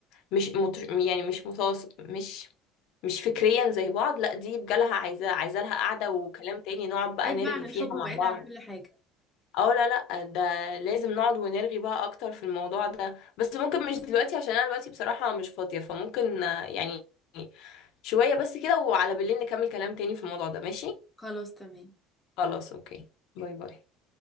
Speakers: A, on the left; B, in the centre.
A: مش مت... يعني مش متواصل مش مش فكريا زي بعض لا دي بجالها عايزة عايزة لها قعدة وكلام تاني نقعد بقى
B: بعيد
A: نرغي
B: بقى عن الحب
A: فيها مع
B: وبعيد
A: بعض
B: عن كل حاجه
A: اه لا لا ده لازم نقعد ونرغي بقى اكتر في الموضوع ده بس ممكن مش دلوقتي عشان انا دلوقتي بصراحة مش فاضية فممكن آه، يعني شوية بس كده وعلى بالليل نكمل كلام تاني في الموضوع ده ماشي
B: خلاص تمام
A: خلاص اوكي باي باي